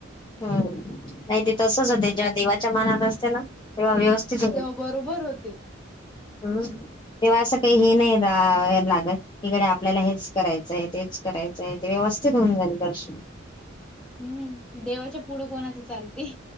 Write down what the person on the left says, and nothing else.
हम्, नाही ते तसच होत, जेव्हा देवाच्या मनात असते ना तेव्हा व्यवस्. <inaudible>
हम्म तेव्हा असं काही हे नाही लागत, तीकडे आपल्याला हेच करायचं आहे ते करायचं आहे ते व्यवस्थित होऊन झाले दर्शन.